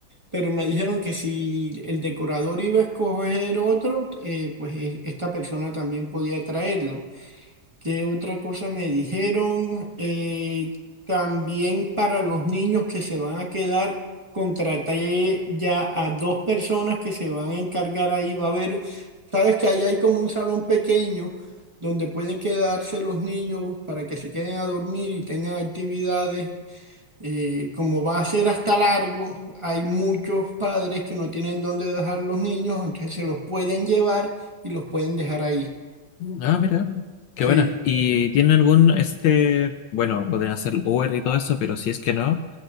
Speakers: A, on the right; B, on the left.
A: pero me dijeron que si el decorador iba a escoger otro, eh, pues e- esta persona también podía traerlo. ¿Qué otra cosa me dijeron? Eh, también para los niños que se van a quedar, contraté ya a dos personas que se van a encargar ahí. Va a haber, sabes que ahí hay como un salón pequeño donde pueden quedarse los niños para que se queden a dormir y tengan actividades. Eh, como va a ser hasta largo, hay muchos padres que no tienen dónde dejar los niños, entonces se los pueden llevar y los pueden dejar ahí.
B: Ah, mira, qué
A: Sí,
B: buena. ¿Y tienen algún, este, bueno, podrían hacer Uber y todo eso, pero si es que no,